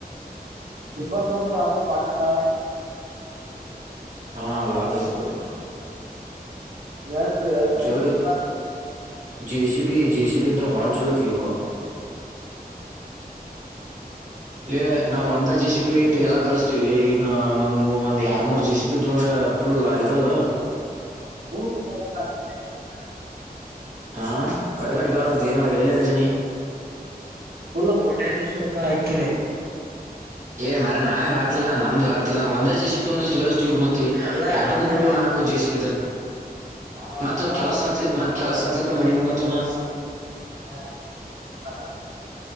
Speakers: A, on the right (about 70°); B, on the right (about 50°).
A: ಟಿಪ್ಪರ್ ತಗೊಂಡು <unintelligible>
B: ಹಾ ಲಾಭ ಆಯ್ತಾದಲ್ಲ
A: ಎಷ್ಟು ಎಷ್ಟ
B: ಚಲೋ
A: ಐತಿಪ್ಪ
B: ಇತ್ತು ಜೆಸಿಪಿ ಜೆಸಿಪಿ <unintelligible> ರಂದ್ರ ಬಾಲ್ ಚಲೋ ಐತಿ ಯಪ್ಪ ಲೆ ನಾವ್ ಒಂದ ಜೆ ಸಿ ಪಿ ಲೇಟ್ ಎಲ್ಲ ಗಳಿಸಸ್ತೀವಿ ಇನ್ನು ಒಂದ್ ಒಂದ್ ಎರಡ್ ಮೂರ್ ಜೆ ಸಿಪ ಇದ ಅಂದ್ರ ಪುಲ್ಲ ಆಯದಲ್ಲ
A: <unintelligible>
B: ಹಾ ಕಟ್ಕಟ್ ಕೆಳತ್ ಮರ ಹೇಳಾರ ಇದ್ದೀನಿ
A: ಫುಲ್ಲು ಕೋಟ್ಯಾದಿಶ್ವರ ರೂಪಾಯ ಐ ಕಿರಿ
B: ಏ ಮರ ನಾವ್ ಹೇಳಾತಿಲ್ಲ ನಮ್ದು ಹೇಳಾತಿಲ್ಲ ಒಂದ ದ ಜೆಸಿಪಿ ಇಷ್ಟು <unintelligible> ಮತ್ತೆ
A: ಅಲ್ಲ
B: ಎರಡು
A: ಅದ್ನ
B: ಮೂರು
A: ಹೇಳಾತನ
B: ನಾಲ್ಕು ಜೆಸಿಬಿ ದ
A: ನಾನು ಅದ್ನ
B: ಮತ್ತ
A: ಹೇಳಾತನ
B: ಕೆಲಸ ಹತ್ಲಿ ಮತ್ ಕೆಲಸ ಹತ್ಲಿಕ್ಕ ಮಣಿ ಮುಂದತ್ತಮ್ಮ
A: ಹಾ ಹಾ